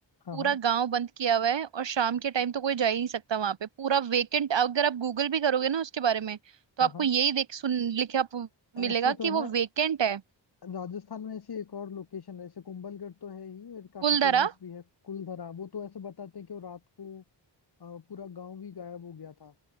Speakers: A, on the left; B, on the right.
A: हाँ
B: पूरा
A: हाँ
B: गांव बंद किया हुआ है और शाम के टाइम तो कोई जा ही नहीं सकता वहां पे पूरा वेकेंट अगर आप गूगल भी करोगे ना उसके बारे में तो
A: हाँ
B: आपको
A: हाँ
B: यही देख सुन लिखा प- मिलेगा
A: ऐसे
B: कि
A: तो है
B: वो
A: ना
B: वेकेंट है
A: राजस्थान में ऐसी एक और लोकेशन है ऐसे कुंभलगढ़ तो है ही और काफी
B: कुलधरा
A: फेमस भी है कुलधरा वो तो ऐसे बताते हैं कि वो रात को अ, पूरा गांव भी गायब हो गया था